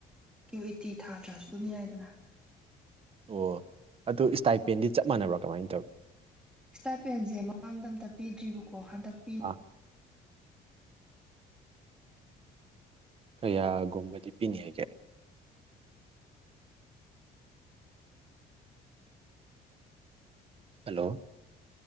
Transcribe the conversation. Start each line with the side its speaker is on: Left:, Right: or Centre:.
Centre: ꯀ꯭ꯌꯨ ꯏ ꯇꯤ ꯊꯥꯗ꯭ꯔꯁꯨ ꯑꯗꯨꯝ ꯌꯥꯏꯗꯅ
Right: ꯑꯣ ꯑꯗꯨ ꯏꯁꯇꯥꯏꯄꯦꯟꯗꯤ ꯆꯞ ꯃꯥꯟꯅꯕ꯭ꯔꯥ ꯀꯃꯥꯏꯅ ꯇꯧꯋꯤ
Centre: ꯏꯁꯇꯥꯥꯏꯞꯄꯦꯟꯖꯦ ꯃꯃꯥꯡꯗ ꯑꯝꯇ ꯄꯤꯗ꯭ꯔꯤꯕꯀꯣ ꯍꯟꯗꯛ ꯄꯤꯅꯤ
Right: ꯑꯣ ꯀꯌꯥꯒꯨꯝꯕꯗꯤ ꯄꯤꯅꯤ ꯍꯥꯏꯒꯦ ꯍꯜꯂꯣ